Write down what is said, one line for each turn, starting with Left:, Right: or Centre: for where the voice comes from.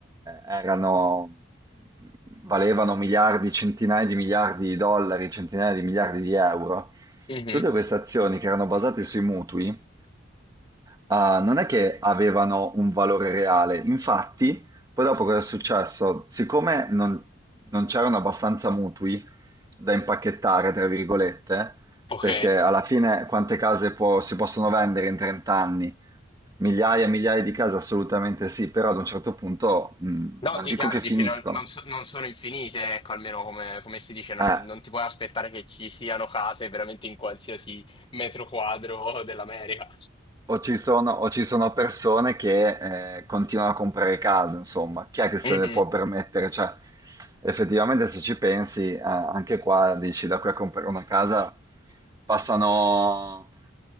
Right: erano, valevano miliardi, centinaia di miliardi di dollari, centinaia di miliardi di euro,
Left: Mhm,
Right: tutte queste azioni che erano basate sui mutui, ah, non è che avevano un valore reale. Infatti, poi dopo cosa è successo? Siccome non, non c'erano abbastanza mutui da impacchettare, tra virgolette,
Left: Ok.
Right: perché alla fine quante case può- si possono vendere in 30 anni? Migliaia e migliaia di case, assolutamente sì, però ad un certo punto, mh,
Left: No,
Right: non
Left: sì,
Right: dico
Left: chiaro,
Right: che
Left: dici,
Right: finiscono.
Left: non, non so- non sono infinite, ecco, almeno come, come si dice, non,
Right: Eh.
Left: non ti puoi aspettare che ci siano case veramente in qualsiasi metro quadro dell'America.
Right: O ci sono, o ci sono persone che eh, continuano a comprare case, insomma, chi è che se
Left: Mhm.
Right: le può permettere? Cioè, effettivamente, se ci pensi, eh, anche qua dici da qui a comprare una casa passano,